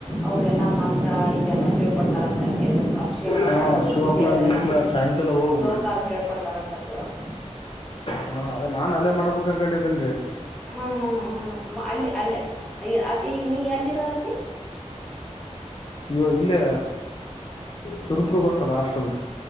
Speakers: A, in the centre; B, on the left.
A: ಅವ್ರಲ್ಲಾ ಮಂತ್ರ ಇವೆಲ್ಲ ಹೇಳ್ಕೊಡ್ತಾರಂತ ಅದು ಅಭಿಷೇಕ
B: ಹಾ
A: ಮಾಡೋದು
B: ಶಿವಕ್ಲ
A: ಪೂಜೆ ಅದೆಲ್ಲ
B: ಗಿಕ್ಲ ಸಾಯಂಕಾಲ ಹೋಗ್ಬೇಕ್ರಿ
A: ಶ್ಲೋಕ ಅದು ಹೇಕೊಡ್ತಾರಂತಪ್ಪಿ ಅವರು
B: ಹಾ ಅದೇ ನಾನ್ ಅಲ್ಲೇ ಮಾಡ್ಬೇಕುಕ್ ಅನ್ಕೊಂಡಿದ್ದೇನ್ರರಿ
A: ಹ್ಮ್ ಹ್ಮ್ ಹ್ಮ ಹ್ಮ ಅಲ್ಲಿ ಅಲ್ಲ ಅಪಿ ಈಗ ನೀ ಎಲ್ಲಿ ಇರೋದಪಿ
B: ಇವಾಗ ಇಲ್ಲಿ ಸುರಪರು ಗೊತ್ತಲ್ಲ ಅಷ್ಟಲ್ಲ